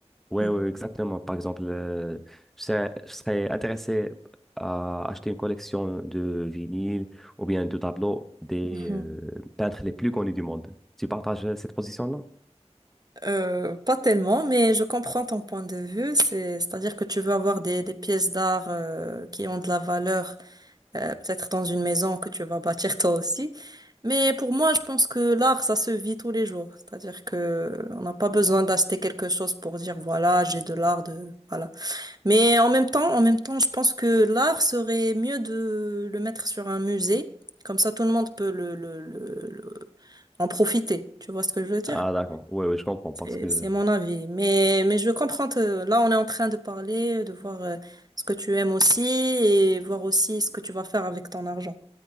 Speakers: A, in the centre; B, on the right (about 35°).
A: Oui,
B: Mhm,
A: oui, exactement. Par exemple, euh, je serais, je serais intéressé à acheter une collection de vinyles ou bien de tableaux des
B: mhm.
A: euh, peintres les plus connus du monde. Tu partages euh, cette position-là?
B: Euh, pas tellement, mais je comprends ton point de vue. C'est, c'est-à-dire que tu veux avoir des, des pièces d'art euh, qui ont de la valeur, euh, peut-être dans une maison que tu vas bâtir toi aussi. Mais pour moi, je pense que l'art, ça se vit tous les jours. C'est-à-dire que on n'a pas besoin d'acheter quelque chose pour dire voilà, j'ai de l'art de voilà. Mais en même temps, en même temps, je pense que l'art serait mieux de le mettre sur un musée. Comme ça, tout le monde peut le, le, le, le- en profiter. Tu vois ce que je veux dire?
A: Ah, d'accord. Oui, oui, je comprends
B: C'est,
A: parce que...
B: c'est mon avis. Mais, mais je comprends. te- Là, on est en train de parler, de voir euh, ce que tu aimes aussi et voir aussi ce que tu vas faire avec ton argent.